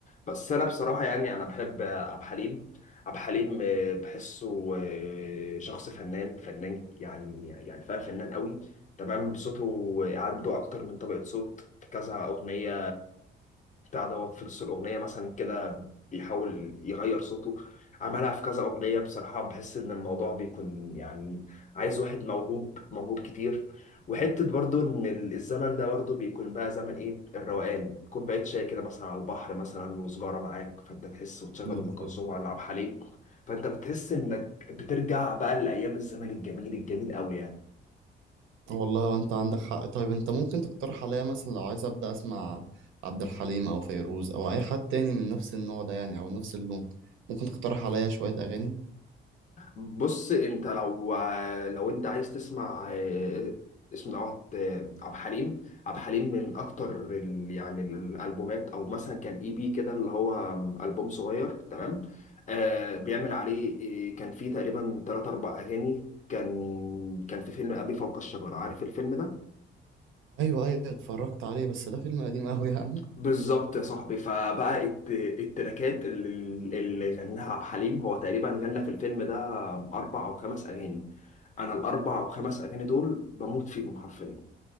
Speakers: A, on the left (about 40°); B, on the right (about 80°).
A: بس انا بصراحه يعني انا بحب عبد الحليم عبد الحليم آه، بحسه آه، شخص فنان فنان يعني يعني فاهم فنان قوي تمام صوته آه، عنده اكتر من طبقه صوت في كذا اغنيه بتاع دوت في نص الأغنية مثلا كده بيحاول يغير صوته عملها في كذا أغنية بصراحة بحس إن الموضوع بيكون يعني عايز واحد موهوب موهوب كتير وحتة برضو إن ال- الزمن ده برضو بيكون بقى زمن إيه الروقان كوباية شاي كده مثلا على البحر مثلا وسجارة معاك فأنت تحس وتشغل
B: نوصل.
A: أم كلثوم ولا عبد الحليم فأنت بتحس إنك بترجع بقى لأيام الزمن الجميل الجميل قوي يعني.
B: والله وانت عندك حق طيب انت ممكن تقترح عليا مثلا لو عايز ابدا اسمع عبد الحليم او فيروز او اي حد تاني من نفس النوع ده يعني او نفس اللون ممكن تقترح عليا شوية اغاني
A: بص انت لو لو انت عايز تسمع آه، اسم نوع آه، عبد الحليم عبد الحليم من اكتر ال- يعني الالبومات او مثلا كان اي بي كده اللي هو البوم صغير تمام آه بيعمل عليه آه، كان فيه تقريبا 3 4 اغاني كان كان في فيلم ابي فوق الشجره عارف الفيلم ده
B: ايوه ايوه اتفرجت عليه بس ده فيلم قديم قوي يا عم <laughs>
A: بالظبط يا صاحبي فبقى الت... التراكات اللي, اللي غناها عبد الحليم هو تقريبا غنى في الفيلم ده آه، اربع او خمس اغاني انا الاربع او خمس اغاني دول بموت فيهم حرفيا